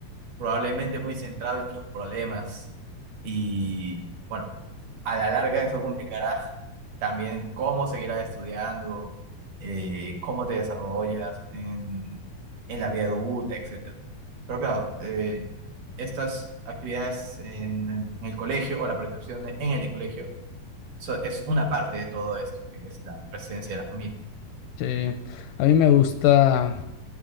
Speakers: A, on the right; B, on the left.
A: probablemente muy centrado en tus problemas y bueno, a la larga eso complicará también cómo seguirás estudiando, eh, cómo te desarrollas en, en la vida adulta, etcétera. Pero claro, eh, estas actividades en el, en el colegio o la percepción en el colegio so- es una parte de todo esto, que es la presencia de la familia.
B: Sí, a mí me gusta